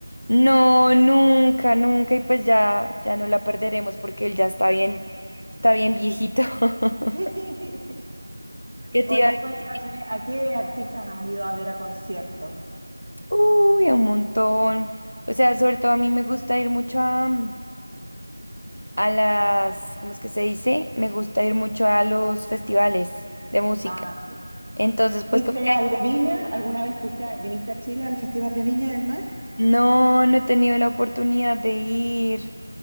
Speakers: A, on the left; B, on the right.
A: No, nunca, nunca y pues ya, ya no la perderemos porque él ya está bien, está bien viejito. <laughs>
B: Sí.
A: Yo
B: Oye,
A: te iba a
B: cuéntame,
A: decir,
B: ¿a qué artistas has ido a ver a conciertos?
A: uy, un montón. O sea, sobre todo a mí me gusta ir mucho a, mm, a las, ¿cómo es que se dice? Me gusta ir mucho a los festivales de música.
B: Ah, sí.
A: Entonces, pues
B: ¿Fuiste
A: como
B: al de Viña? ¿Alguna vez fuiste a- viniste a Chile al Festival de Viña del Mar?
A: No, no he tenido la oportunidad de ir.